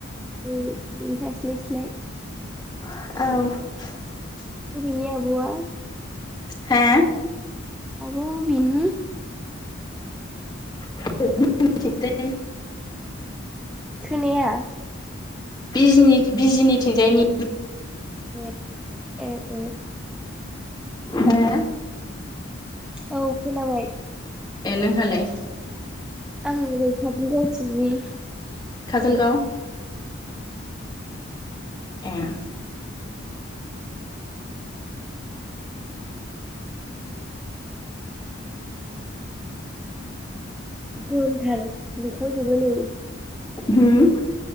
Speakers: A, in the centre; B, on the left.
A: उम ओथास्लायस्लाय।
B: औ।
A: अबेनि आब'वा?
B: हा।
A: आब'आ अबिनि?
B: <unintelligible>
A: खोनाया।
B: बिजनि-बिजिनिथिंजायनि।
A: नेट ए ओ।
B: हो
A: औ खोनाबाय
B: ए नोंहालाय
A: आं गैखा गावसिनि
B: काजलगाव ए
A: गरमथार दुंखावजोबो नै
B: होम